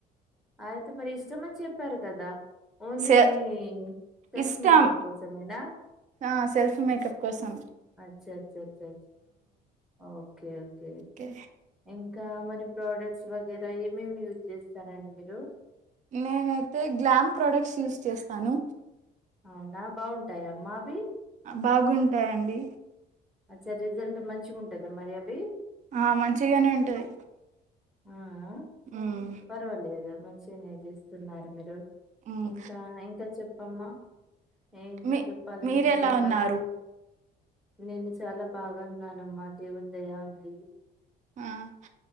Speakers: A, in the centre; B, on the right.
A: అయితే మరి ఇష్టమని చెప్పారు కదా ఓన్లీ
B: సె
A: మీ సెల్ఫ్
B: ఇష్టం
A: మేకప్ కోసమేనా
B: ఆ సెల్ఫ్ మేకప్ కోసం
A: అచ్చచ్చ అచ్చ ఓకే ఓకే
B: ఒకే
A: ఇంకా మరి ప్రోడక్ట్స్ వగైర ఏమేమి యూజ్ చేస్తారండి మీరు
B: నేనైతే గ్లామ్ ప్రొడక్ట్స్ యూస్ చేస్తాను
A: అవునా బావుంటాయా అమ్మాఅవి
B: ఆ, బాగుంటాయండి
A: అచ్చ రిజల్ట్ మంచిగా ఉంటద మరి అవి
B: ఆ మంచిగానే ఉంటది
A: ఆ ఆ
B: హ్మ్
A: పర్వాలేదు మంచిగానే చేస్తున్నారు మీరు
B: హ్మ్
A: ఇంకా ఇంక చెప్పమ్మా ఏం
B: మీ
A: చెప్పాలనుకుంటున్నారు
B: మీరెలా ఉన్నారు
A: నేను చాలా బాగన్నానమ్మా దేవుని దయా ఉంది
B: మ్